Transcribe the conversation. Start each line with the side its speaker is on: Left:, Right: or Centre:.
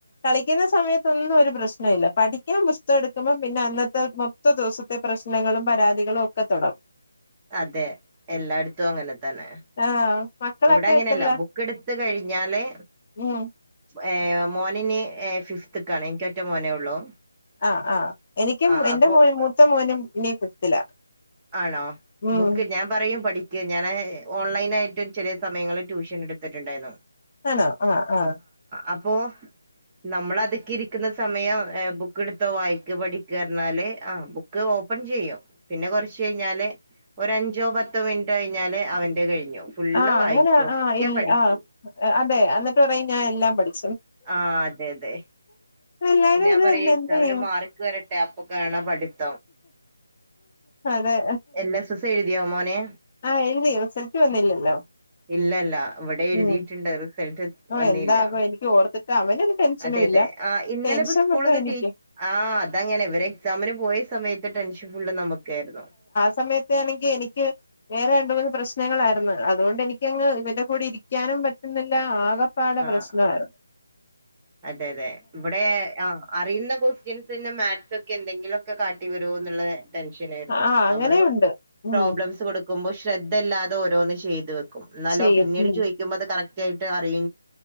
Left: കളിക്കുന്ന സമയ ഒന്നും ഒരു പ്രശ്ന ഇല്ല പഠിക്കാൻ പുസ്തടുക്കുമ്പോ പിന്നെ അന്നത്തെ മൊത്ത ദിവസത്തെ പ്രശ്നങ്ങളും പരാതി കളും ഒക്കെ തൊടങ്ങും
Right: അതെ എല്ലാടത്തും അങ്ങനെ തന്നെ
Left: ആഹ് മക്കളൊക്കെ
Right: ഇവിടെ അങ്ങനെയല്ല
Left: എത്രല്ല
Right: ബുക്ക് ഇടു ത്ത് കഴിഞ്ഞാലേ
Left: ഉം
Right: ഏ മോനന് ഫിഫ്ത്ത്ക്കാണ് എക്ക് ഒറ്റ മോനേ ഉള്ളൂ
Left: ആ ആ എനിക്കും
Right: ആഹ്
Left: എന്റെ
Right: അപ്പൊ
Left: മോനും മൂത്ത മോനും ഇനി ഫിഫ്ത്തിലാ
Right: ആണോ
Left: ഉം
Right: ബുക്ക് ഞാൻ പറയും പഠി ഞാന് ഓൺലൈനായിട്ട് ഒരു ചെറിയ സമയങ്ങളിൽ ട്യൂഷൻ എടുത്തിട്ടുണ്ടായിരുന്നു
Left: ആണോ ആ ആ
Right: അപ്പോ നമ്മള അതക്ക് ഇരിക്കുന്ന സമയം ബുക്ക്‌ എടുത്തോ വായിക്കോ പഠിക്കോ പർനാല് ആ ബുക്ക് ഓ ഓപ്പൺ ചെയ്യും പിന്നെ കൊറച്ച് കഴിഞ്ഞാല് ഒരു അഞ്ചോ പത്തോ മിനിറ്റോ കഴിഞ്ഞാല് അവന്റെ കഴിഞ്ഞു ഫുള്ള്
Left: ആ
Right: വായിച്ചു
Left: അങ്ങനെ
Right: ഒക്കെ
Left: ആ ഇൽ
Right: പഠിച്ചു
Left: ആ അതെ അന്നിട്ട് പറയും ഞാൻ എല്ലാം പഠിക്കും
Right: ആ അതെതെ
Left: എല്ലാരും
Right: ഞാൻ
Left: ഇത്
Right: പറയെക്സാമിന്
Left: തന്നെ എന്ത് ചെയ്യും
Right: മാർക്ക് വരട്ടെ അപ്പോ കാണാ പഠിപ്പ്
Left: അതെ
Right: എന്നെസസ് എഴുതിയോ മോന്
Left: ആഹ് എഴുതി റിസൾട്ട് വന്നില്ലല്ലോ
Right: ഇല്ലല്ല ഇവിടെ എഴുതീട്ട്ണ്ട്
Left: ഉം
Right: റിസൾട്ട്‌
Left: ഓഹ്
Right: വന്നീല്ല
Left: എന്താകും എനിക്ക് ഓർത്തിട്ട് അവനൊരു ടെൻഷനും
Right: അതെ
Left: ഇല്ല
Right: അതെ ആ ഇന്നലെപ്പോ
Left: ടെൻഷൻ
Right: സ്കൂളന്ന്
Left: മൊത്തം എനിക്ക്
Right: ടീ ആ അതങ്ങനെ ഇവരെക്സാമിന് പോയ സമയത്ത് ടെൻഷൻ ഫുള്ള് നമുക്കായിരുന്നു
Left: സമയത്ത് ആണെങ്കി എനിക്ക് വേറെ രണ്ടൂന്ന് പ്രശ്നങ്ങളാരുന്ന് അതുകൊണ്ട് എനിക്കങ്ങ് ഇവന്റെ കൂടി ഇരിക്കാനും പറ്റുന്നില്ല ആകപ്പാടെ
Right: ആഹ്
Left: പ്രശ്നവാരുന്നു
Right: ആഹ് അതെ അതെ ഇവിടെ ആ അറിയുന്ന ക്വസ്റ്റ്യൻസിന് മാത്‍സ് ഒക്കെ എന്തെങ്കിലും ഒക്കെ കാട്ടി വരോന്നുള്ള ടെൻഷൻ ആയിരുന്നു
Left: ആ അങ്ങനെയുണ്ട്
Right: നമ്മള്
Left: ഉം
Right: പ്രോബ്ലെംസ് കൊടു ക്കുമ്പോ ശ്രദ്ധല്ലാതെ ഓരോന്ന് ചെയ്ത് വെക്കും എന്നാലോ
Left: ചെയ്യും
Right: പിന്നീട്
Left: ഉം
Right: ചോയ്ക്കുമ്പോ അത് കറക്റ്റായിട്ട് അറിയു